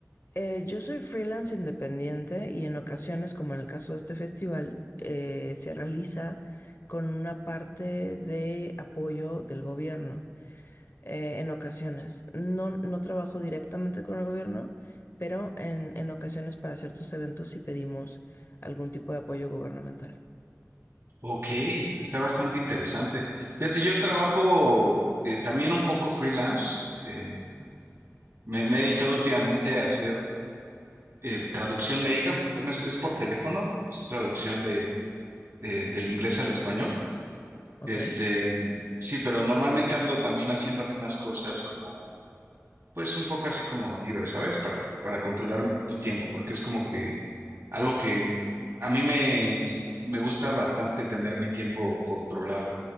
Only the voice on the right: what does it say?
Ok, es- está bastante interesante. Fíjate, yo trabajo eh, también un poco freelance. Eh, me, me he dedicado últimamente a hacer eh, traducción médica. Bueno, es, es por teléfono, es traducción de, de- del inglés al español.
Este, sí, pero normalmente ando también haciendo algunas cosas como, pues un poco así como libre, ¿sabes? Para, para controlar tu tiempo, porque es como que algo que a mí me, me gusta bastante tener mi tiempo controlado.